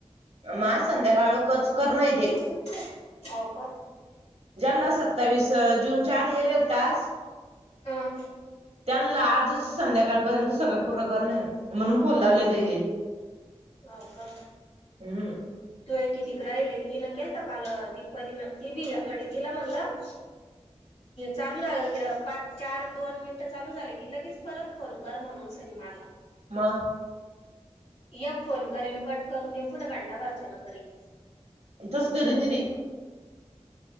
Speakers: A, on the right; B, on the left.
A: म आज संध्याकाळ कच करण ते.
B: हो का?
A: ज्यांना सत्तावीस जूनच्या आधी येले टास्क,
B: अं,
A: त्याना आजच संध्याकाळपर्यंत सगळ पूर्ण करणे, म्हणून फोल लावले हे.
B: हा का?
A: हम्म
B: तू ए कितिक राहिले, हीनं केलता काल दीपवाली न ती बि गडी तिला म्हणलं चालू झालं इकडे, पाच चार दोन मिनट चालू झाले की लगेच परत फोनकर म्हणून सिनेमाला.
A: म
B: एक फोन करेन कट करून देन, पुन्हा घंटा भरच्यान करी.
A: तस करी दीदी.